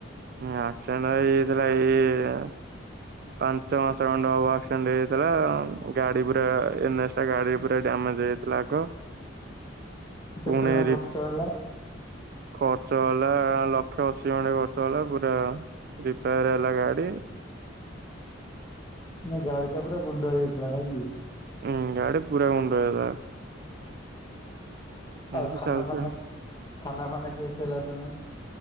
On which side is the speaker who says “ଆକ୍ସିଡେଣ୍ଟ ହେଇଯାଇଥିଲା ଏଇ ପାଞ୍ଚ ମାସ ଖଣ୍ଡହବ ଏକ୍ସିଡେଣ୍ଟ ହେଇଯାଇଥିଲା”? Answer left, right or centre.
Right